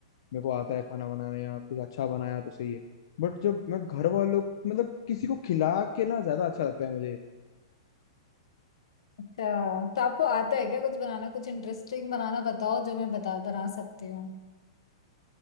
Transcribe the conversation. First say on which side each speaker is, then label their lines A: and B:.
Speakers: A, on the left; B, on the left.
A: मेरे को आता है खाना बनाने या कुछ अच्छा बनाया तो सही है बट जब मैं घर वालों मतलब किसी को खिला के ना ज्यादा अच्छा लगता है मुझे
B: अच्छा तो आपको आता है क्या कुछ बनाना कुछ इंटरेस्टिंग बनाना बताओ जो मैं बता बना सकती हूँ